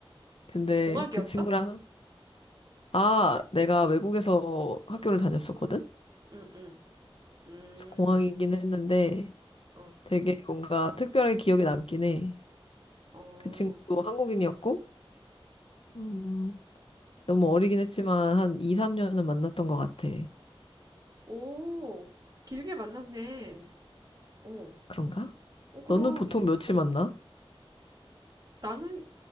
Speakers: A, on the left; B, on the right.
A: 근데
B: 공학이었어?
A: 그 친구랑, 아, 내가 외국에서 학교를 다녔었거든?
B: 응, 응, 음,
A: 그래서 공항이긴 했는데,
B: 어,
A: 되게 뭔가 특별하게 기억에 남긴 해.
B: 어.
A: 그 친구도 한국인이었고, 음, 너무 어리긴 했지만 한 2, 3년은 만났던 것 같아.
B: 오, 길게 만났네. 어,
A: 그런가?
B: 어 그럼
A: 너는 보통
B: 이,
A: 며칠 만나?
B: 나는